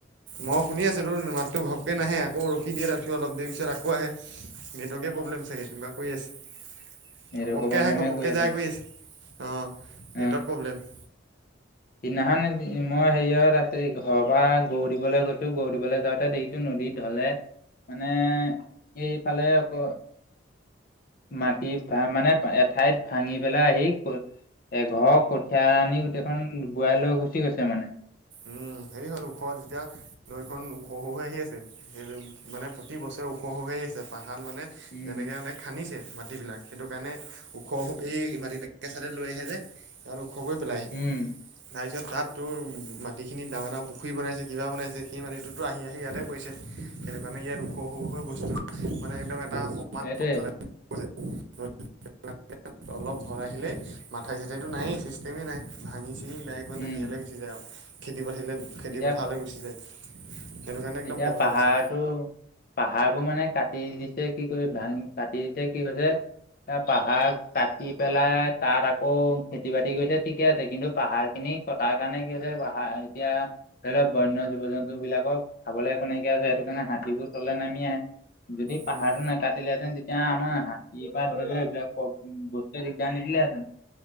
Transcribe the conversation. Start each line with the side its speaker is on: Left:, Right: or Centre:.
Right: মই শুনি আছোঁ তোৰ মাততো ঘপকে নাহে, আকৌ ৰখি দিয়ে, তাৰপিছত অলপ দেৰি পিছত আকৌ আহে। নেটৱৰ্কেৱে
Left: অ
Right: প্ৰব্লেম চাগে এনেকুৱা কৰি আছে।
Left: নেটৱৰ্কৰ
Right: ঘপককৈ
Left: প্ৰব্লেমে
Right: আহে ঘপককৈ
Left: আছে
Right: যায় কৰি আছে অহ, নেটৱৰ্ক
Left: অ
Right: প্ৰব্লেম।
Left: সিদিনাখন মই হেৰিয়ত আছোঁ। ঘৰৰ পৰা গৰু দিবলৈ গৈছোঁ, গৰু দিবলৈ যাওঁতে দেখিছোঁ নদী ঢলে। মানে এইফালে আকৌ মাটি ভা মানে এঠাইত ভাঙি পেলাই আহি এঘৰৰ কঠীয়া আনি গোটেইখন বোৱাই লৈ গুচি গৈছে মানে।
Right: উম, হেৰি হ'ল ওখ যেতিয়া, নৈখন ওখ হৈ হৈ আহি আছে। সেই মানে প্ৰতি বছৰে ওখ ওখ হৈ হৈ আহি আছে, পাহাৰ মানে
Left: উম।
Right: যেনেকে মানে খান্দিছে মাটিবিলাক সেইটো কাৰণে ওখ এই মাটিবিলাক কেঁচাতে লৈ আহে যে। তাত ওখ কৰি পেলাইহি,
Left: উম,
Right: তাৰপিছত তাত তোৰ মাটি মাটিখিনি ডাঙৰ-ডাঙৰ পুখুৰী বনাইছে, কিবা বনাইছে সেই মাটিটোতো আহি-আহি ইয়াতে পৰিছে। সেইটো কাৰণে ইয়াত ওখ সৰু হৈ হৈ বস্তু মানে একদম এটা সমান
Left: সেইটোৱে।
Right: <unintelligible> <unintelligible> অলপ ধল আহিলেই মাথাই চাথাইতটো নায়েই, চিষ্টেমেই নাই ভাঙি-চিঙি ডাইৰে মানে
Left: উম,
Right: সেয়ালে গুচি যায় আৰু খেতি-বাতিলৈ খেতি
Left: এতিয়া
Right: পথাৰলৈ গুচি যায়। সেইটো কাৰণে একদম
Left: এতিয়া
Right: প্ৰব্লেম
Left: পাহাৰটো
Right: হৈছে
Left: পাহাৰবোৰ মানে কাটি দিছে, কি কৰি ভাং, কাটি দিছে কি কৰিছে। এ পাহাৰ কাটি পেলাই তাত আকৌ খেতি-বাতি কৰিছে। ঠিকে আছে, কিন্তু পাহাৰখিনি কটাৰ কাৰণে কি হৈছে পাহাৰ এতিয়া ধৰি লওঁক বন্য জীৱ-জন্তুবিলাকক খাবলৈ একো নাইকিয়া হৈছে সেইটো কাৰণে হাতীবোৰ তললে নামি আহে। যদি
Right: উম
Left: পাহাৰতো না কাটিলেহে'তেন তেতিয়া আমাৰ হাতীৰ পৰা ধৰি লও এইবিলাক বস্তুৱে দিগদাৰ নিদিলেহেঁতেন।